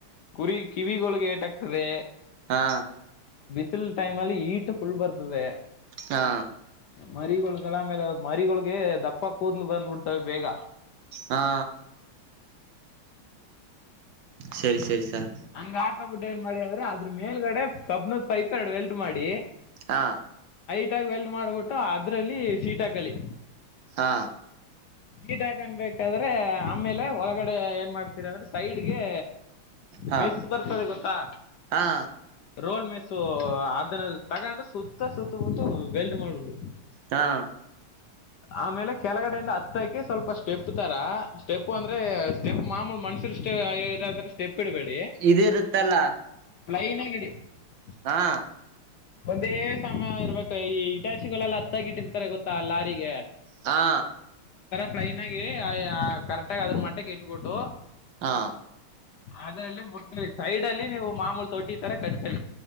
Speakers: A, on the left (about 65°); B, on the right (about 65°).
A: ಕುರಿ ಕಿವಿಗಳಿಗೆ ಏಟಾಗ್ತದೆ
B: ಹಾ
A: ಸಲ್ ಟೈಮ ಅಲ್ಲಿ ಈಟ್ ಫುಲ್ ಬರ್ತದೆ
B: ಹಾ
A: ಮರಿಗಳಗಲಮೇಲೆ ಮರಿಗಳೊಳ್ಗೆ ದಪ್ಪ ಕೂದ್ಲು ಬಂದ್ಬಿಡ್ತವೆ ಬೇಗ
B: ಹಾ ಸರಿ ಸರಿ ಸರ್
A: ಹಂಗ ಹಾಕಕ್ಬಿಟ್ಟು ಏನ್ ಮಾಡಿ ಅಂದ್ರ ಅದ್ರ ಮೇಲ್ಗಡೆ ಕಬ್ನದ್ ಪೈಪ್ ಎರಡು ವೆಲ್ಟ್ ಮಾಡಿ
B: ಹಾ
A: ಸೀಟಾಗಿ ಎಲ್ಡ್ ಮಾಡ್ಬಿಟ್ಟು ಅದ್ರಲ್ಲಿ ಸೀಟ ಕಲಿ
B: ಹಾ
A: ಗೀಟ್ ಹಾಕನ್ಬೇಕಾದ್ರೆ ಆಮೇಲೆ ಒಳಗಡೆ ಏನ್ ಮಾಡ್ತೀರಿ ಅಂದ್ರೆ ಸೈಡ್ಗೆ
B: ಹಾ
A: ಮೆಸ್ ಬರ್ತದೆ ಗೊತ್ತಾ
B: ಹಾ
A: ರೋಲ್ ಮೆಸು ಅದನ್ನ ತಗೊಂಡ ಸುತ್ತ ಸುತ್ತ ಬಿಟ್ಟು ಬೆಲ್ಡ್ ಮಾಡ್ಬಿಡಿ
B: ಹಾ
A: ಆಮೇಲೆ ಕೆಳಗಡೆಯಿಂದ ಹತ್ತಕ ಸ್ವಲ್ಪ ಸ್ಟೆಪ್ ತರ ಸ್ಟೆಪ್ ಅಂದ್ರೆ ಸ್ಟೆಪ್ ಮಾಮೂಲ್ ಮನ್ಸರು ಸ್ಟೆಪ್ ಇಡಬೇಡಿ
B: ಇದಿರುತ್ತಲ್ಲ
A: ಪ್ಲೈನ್ <unintelligible>
B: ಹಾ
A: ಒಂದೇ ಸಮಯ ಇರ್ಬೇಕು ಈ ಇಟಾಚಿಗಳೆಲ್ಲ ಹತ್ತಾಗಿಟ್ಟಿರ್ತಾರೆ ಗೊತ್ತಾ ಲಾರಿಗೆ
B: ಹಾ
A: ಪ್ಲೈನ್ ಆಗಿ ಕರೆಕ್ಟ ಆಾಗಿ ಅದ್ರ ಮಟ್ಟಿಗೆ ಇಟ್ಬಿಟ್ಟು
B: ಹಾ
A: ಅದಲ್ಲಲ್ಲಿ ಮುಟ್ಕಿ ಸೈಡ್ ಅಲ್ಲಿ ನೀವು ಮಾಮೂಲ್ ತೊಟ್ಟಿ ತರ ಕಟ್ಕಳ